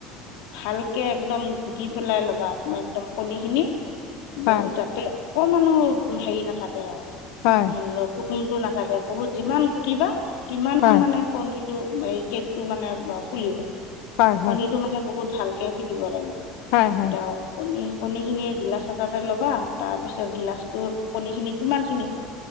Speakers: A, on the left (about 80°); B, on the left (about 65°).
A: ভালকে একদম ঘুটি পেলাই ল'বা একদম কণী খিনি,
B: হয়
A: ব যাতে অক মানুহ হেৰি নাথাকে আৰু
B: হয়
A: উ কুসুমটো নাথাকে বহুত যিমান গুটিবা কিমান
B: হয় হয়
A: মানে কণী কেক টো মানে ফুলিম
B: হয়
A: কণীটো মানে বহুত ভালকে ফুটিব লাগিব।
B: হয় হয়
A: এতিয়া আৰু কণী কণী খিনি গিলাচ এটাতে ল'বা তাৰ পিছত গিলাচটোৰ কণী খিনি কিমান খিনি হয়।